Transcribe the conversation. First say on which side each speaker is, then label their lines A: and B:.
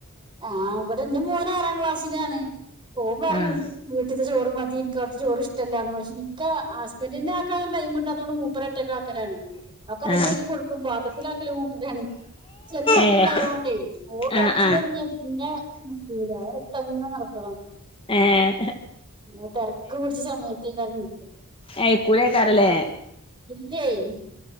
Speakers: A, on the right; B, on the left.
A: ആഹ് ഇവിടെ എന്റെ മോന് ആറാം ക്ലാസ്സിലാണ് പോ ഓൻ പറയും
B: ആഹ്
A: വീട്ടിലത്തെ ചോ റ് മതി എനിക്കടത്തെ ചോർ ഇഷ്ടല്ലാന്ന് പക്ഷേനിക്ക ഹസ്ബന്റിനാക്കാൻ ടൈം കിട്ടാത്തൊടെ മൂ മൂപ്പരറ്റക്ക ആക്കലാണ് അവക്ക് റെഡിയ
B: ആഹ്
A: ആക്കി കൊടുക്കും പാത്രത്തില ആക്കല് മൂപ്പരാണ്. ചെറിയ കുട്ടിണ്ടായോണ്ടേ
B: ഏഹ്
A: ഓൻ കരച്ചിലൊടങ്ങിയപ്പോ
B: ആഹ് ആഹ്
A: പിന്നെ നക്കൂല എടുത്തങ്ങനടക്കണം.
B: ഏഹ്
A: നെ തെരക്ക് പിടിച്ച സമയത്തെകെനി.
B: ആയികുലെരാക്കും ലെ.
A: ഹയ്